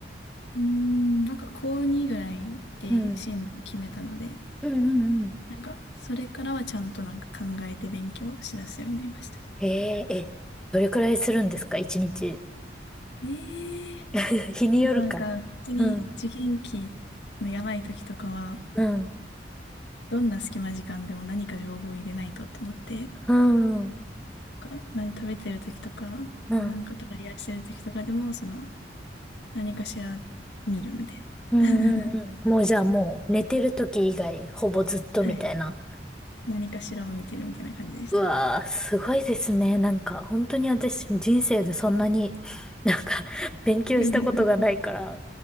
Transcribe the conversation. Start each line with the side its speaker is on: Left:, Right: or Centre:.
Left: うーん、なんか高2ぐらいで進路を決めたので、
Centre: うん。うんうんうん。
Left: なんかそれからはちゃんとなんか考えて勉強しだすようになりました。
Centre: えええ、どれくらいするんですか一日。
Left: ええ
Centre: <laughs> 日によるか。
Left: でもなんか本当に受験期のやばい時とかは、
Centre: うん。うん。
Left: どんな隙間時間でも何か情報を入れないとと思って、な
Centre: うん。うん。
Left: んか何食べてる時とか、
Centre: うん
Left: なんかトライアーしてる時とかでも、その何かしら見るみたいな。
Centre: うんうん。
Left: <laughs>
Centre: もうじゃあもう寝てる時以外ほぼずっとみたいな。
Left: はい。<laughs> 何かしらを見てるみたいな感じでした。
Centre: うわー、すごいですね。なんか、本当に私、人生でそんなに、<laughs> なんか、勉強したことがないから、
Left: <laughs>